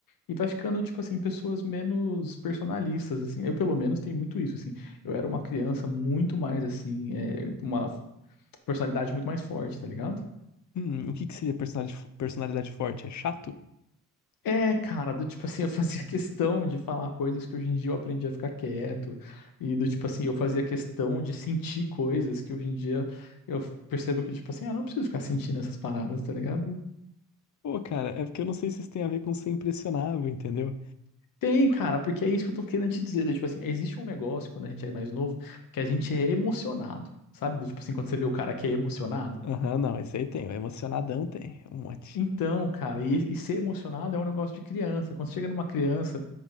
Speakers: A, on the left; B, on the left.
A: E vai ficando, tipo assim, pessoas menos personalistas, assim. Eu, pelo menos, tenho muito isso, assim. Eu era uma criança muito mais, assim, é, uma personalidade muito mais forte, tá ligado?
B: Hum, o que que seria personalidade, personalidade forte? É chato?
A: É, cara, do tipo assim, eu fazia <laughs> questão de falar coisas que hoje em dia eu aprendi a ficar quieto, e do tipo assim, eu fazia questão de sentir coisas que hoje em dia eu percebo que, tipo assim, ah, não preciso ficar sentindo essas paradas, tá ligado?
B: Pô, cara, é porque eu não sei se isso tem a ver com ser impressionável, entendeu?
A: Tem, cara, porque é isso que eu tô querendo te dizer. do Tipo assim, existe um negócio quando a gente é mais novo que a gente é emocionado, sabe? Do Tipo assim, quando você vê o cara que é emocionado.
B: Aham, não, esse aí tem. O emocionadão tem. Um monte.
A: Então, cara, e, e ser emocionado é um negócio de criança. Quando você chega numa criança